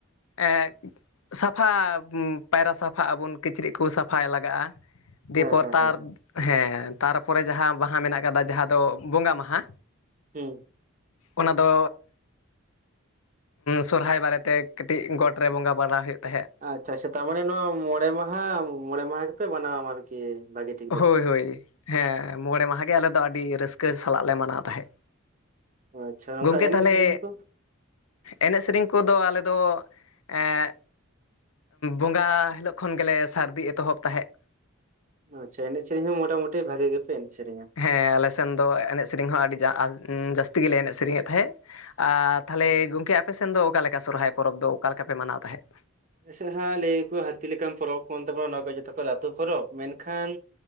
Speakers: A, on the left; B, on the right.
A: ᱮᱜᱼᱼ ᱥᱟᱯᱷᱟ ᱯᱟᱭᱨᱟ ᱥᱟᱯᱷᱟᱜ ᱟᱵᱚᱱ ᱠᱤᱪᱨᱤᱡ ᱠᱚ ᱥᱟᱯᱷᱟᱭ ᱞᱟᱜᱟᱜᱼᱟ᱾ ᱫᱤᱭᱮᱯᱚᱨ
B: ᱦᱮᱸ ᱦᱮᱸ
A: ᱛᱟᱨ
B: ᱦᱮᱸ ᱦᱮᱸ
A: ᱦᱮᱸ ᱛᱟᱨᱯᱚᱨᱮ ᱡᱟᱦᱟᱸ ᱵᱟᱦᱟ ᱢᱮᱱᱟᱜ ᱠᱟᱫᱟ ᱡᱟᱦᱟᱸ ᱫᱚ ᱵᱚᱸᱜᱟ ᱢᱟᱦᱟ᱾
B: ᱦᱩᱸ
A: ᱚᱱᱟ ᱫᱚ ᱥᱚᱨᱦᱟᱭ ᱵᱟᱨᱮᱛᱮ ᱠᱟᱹᱴᱤᱡ ᱜᱚᱴ ᱨᱮ ᱵᱚᱸᱜᱟ ᱵᱟᱲᱟ ᱦᱩᱭᱩᱜ ᱛᱟᱦᱮᱸᱫ᱾
B: ᱟᱪᱪᱷᱟ ᱟᱪᱪᱷᱟ ᱛᱟᱨᱢᱟᱱᱮ ᱱᱚᱣᱟ ᱢᱚᱬᱮ ᱢᱟᱦᱟ ᱢᱚᱬᱮ ᱢᱟᱦᱟ ᱜᱮᱯᱮ ᱢᱟᱱᱟᱣᱟ ᱟᱨᱠᱤ ᱤᱭᱟᱹ ᱵᱷᱟᱜᱮ <unintelligible>
A: ᱦᱳᱭ ᱦᱳᱭ ᱦᱮᱸ ᱢᱚᱬᱮ ᱢᱟᱦᱟ ᱜᱮ ᱟᱞᱮ ᱫᱚ ᱟᱹᱰᱤ ᱨᱟᱹᱥᱠᱟᱹ ᱥᱟᱞᱟᱜ ᱞᱮ ᱢᱟᱱᱟᱣ ᱛᱟᱦᱮᱸᱫ᱾
B: ᱟᱪᱪᱷᱟ ᱱᱚᱝᱠᱟ
A: ᱜᱚᱝᱠᱮ
B: ᱮᱱᱮᱡ
A: ᱛᱟᱞᱦᱮ
B: ᱥᱮᱨᱮᱧ ᱠᱚ
A: ᱮᱱᱮᱡ ᱥᱮᱨᱮᱧ ᱠᱚᱫᱚ ᱟᱞᱮᱫᱚ ᱮᱸᱜ ᱵᱚᱸᱜᱟ ᱦᱤᱞᱳᱜ ᱠᱷᱚᱱ ᱜᱮᱞᱮ ᱥᱟᱹᱨᱫᱤ ᱮᱛᱚᱦᱚᱵ ᱛᱟᱦᱮᱸᱫ᱾
B: ᱟᱪᱪᱷᱟ ᱮᱱᱮᱡ ᱥᱮᱨᱮᱧ ᱦᱚᱸ ᱢᱚᱴᱟᱢᱩᱴᱤ ᱵᱷᱟᱜᱤ ᱜᱮᱯᱮ ᱮᱱᱮᱡ ᱥᱮᱨᱮᱧᱟ
A: ᱦᱮᱸ ᱟᱞᱮᱥᱮᱱ ᱫᱚ ᱮᱱᱮᱡ ᱥᱮᱨᱮᱧ ᱦᱚᱸ ᱟᱹᱰᱤ ᱡᱟᱹᱥᱛᱤ ᱜᱮᱞᱮ ᱮᱱᱮᱡ ᱥᱮᱨᱮᱧᱮᱫ ᱛᱟᱦᱮᱸᱫ ᱟᱨ ᱛᱟᱦᱞᱮ ᱜᱚᱢᱠᱮ ᱟᱯᱮᱥᱮᱱ ᱫᱚ ᱚᱠᱟᱞᱮᱠᱟ ᱥᱚᱨᱦᱟᱭ ᱯᱚᱨᱚᱵᱽ ᱫᱚ ᱚᱠᱟ ᱞᱮᱠᱟ ᱯᱮ ᱢᱟᱱᱟᱣ ᱛᱟᱦᱮᱸᱫ?
B: ᱥᱮ ᱦᱟᱜ ᱞᱟ. ᱭ ᱟᱠᱚ ᱦᱟᱛᱤ ᱞᱮᱠᱟᱱ ᱯᱚᱨᱚᱵ ᱠᱟᱱ ᱛᱟᱵᱚᱱᱟ ᱱᱚᱣᱟ ᱜᱮ ᱡᱷᱚᱛᱚ ᱠᱷᱚᱱ ᱞᱟᱴᱩ ᱯᱚᱨᱚᱵ ᱢᱮᱱᱠᱦᱟᱱ